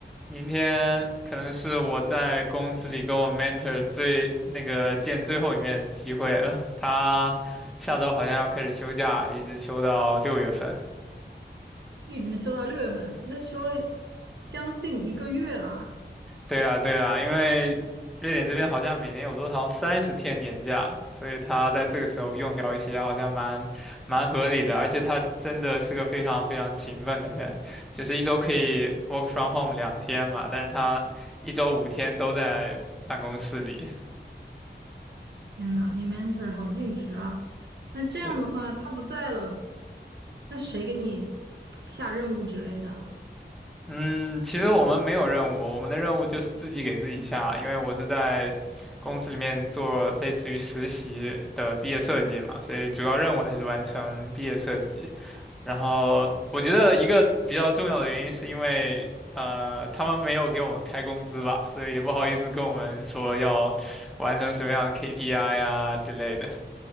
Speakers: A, in the centre; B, on the right.
A: 明天可能是我在公司里跟我 mentor 最那个见最后一面的机会了。他下周好像要开始休假，一直休到六月份。
B: 一直休到六月份，那休了将近一个月啦！
A: 对啊，对啊，因为瑞典这边好像每年有多少三十天年假，所以他在这个时候用掉一些，好像蛮蛮合理的。而且他真的是个非常非常勤奋的人，就是一周可以 work from home 两天嘛，但是他一周五天都在办公室里。
B: 天呐，你 mentor 好尽职啊！那这样的话，
A: 对。
B: 他不在了，那谁给你下任务之类的啊？
A: 嗯，其实我们没有任务，我们的任务就是自己给自己下，因为我是在公司里面做类似于实习的毕业设计嘛，所以主要任务还是完成毕业设计。然后我觉得一个比较重要的原因是因为，呃，他们没有给我们开工资吧，所以也不好意思跟我们说要完成什么样的 KPI 啊之类的。